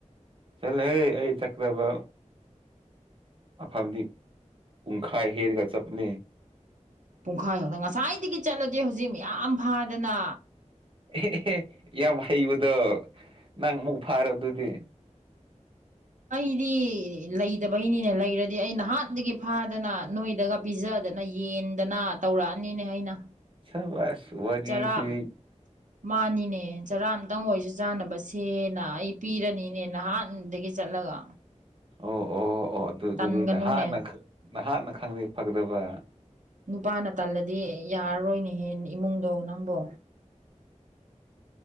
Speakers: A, on the right; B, on the right.
A: ꯆꯜꯍꯦ ꯑꯩ ꯆꯀ꯭ꯔꯕ ꯑꯐꯟꯗꯤ ꯄꯨꯡꯈꯥꯏ ꯍꯦꯔꯒ ꯆꯞꯅ
B: ꯄꯨꯡꯈꯥꯏꯍꯥꯎꯗꯅ ꯉꯁꯥꯏꯗꯒꯤ ꯆꯠꯂꯗꯤ ꯍꯧꯖꯤꯛ ꯃ ꯐꯥꯗꯅ
A: ꯑꯦꯍꯦ ꯌꯥꯝ ꯍꯩꯕꯗꯣ ꯅꯪ ꯑꯃꯨꯛ ꯐꯥꯔꯕꯗꯨꯗꯤ
B: ꯑꯩꯗꯤ ꯂꯩꯇꯕꯩꯅꯤꯅꯦ ꯂꯩꯔꯗꯤ ꯑꯩ ꯅꯍꯥꯟꯗꯒꯤ ꯐꯥꯗꯅ ꯅꯣꯏꯗꯒ ꯄꯤꯖ ꯑꯗꯨꯗꯅ ꯌꯦꯟꯗꯅ ꯇꯧꯔꯛꯑꯅꯤꯅꯦ ꯑꯩꯅ
A: ꯁꯕꯥꯁ ꯋꯥꯔꯤꯁꯤꯗꯤ
B: ꯆꯔꯥ ꯃꯥꯅꯤꯅꯦ ꯆꯔꯥ ꯑꯃꯇꯪ ꯑꯣꯏꯁꯨ ꯆꯥꯅꯕꯁꯦꯅ ꯑꯩ ꯄꯤꯔꯅꯤꯅꯦ ꯅꯍꯥꯟꯗꯒꯤ ꯆꯠꯂꯒ
A: ꯑꯣ ꯑꯣ ꯑꯣ ꯑꯣ ꯑꯗꯨꯗꯨꯗꯤ
B: ꯇꯟꯒꯅꯨꯅꯦ
A: ꯅꯍꯥꯟꯅ ꯅꯍꯥꯟꯅ ꯈꯪꯗꯦ ꯐꯗꯕ
B: ꯅꯨꯄꯥꯅ ꯇꯜꯂꯗꯤ ꯌꯥꯔꯔꯣꯏꯅꯦꯍꯦ ꯏꯃꯨꯡꯗꯣ ꯅꯪꯕꯣ